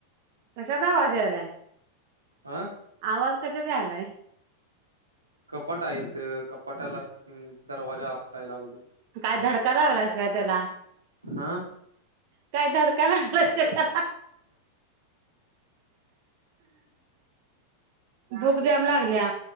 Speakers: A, on the right (about 45°); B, on the right (about 80°).
A: कशाचा आवाज यायलाय.
B: आं
A: आवाज कसा रालाय.
B: कपाट आहेत कपाटाला दरवाजा आपटाय लागल.
A: काय धडका लावलास काय त्याला.
B: हा
A: काय धडका नाहीलाच त्याला. भूक जॅम लागल्या.